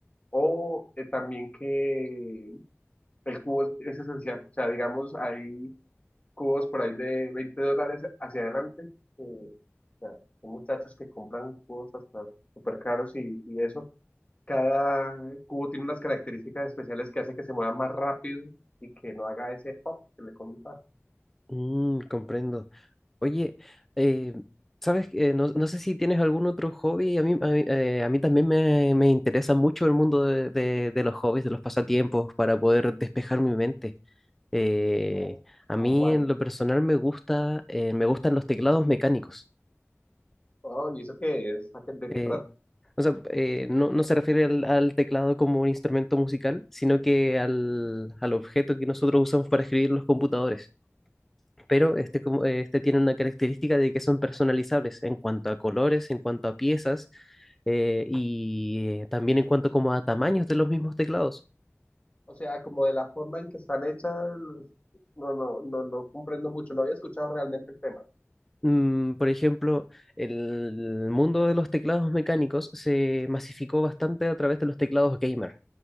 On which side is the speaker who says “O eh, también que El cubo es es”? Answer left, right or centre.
Left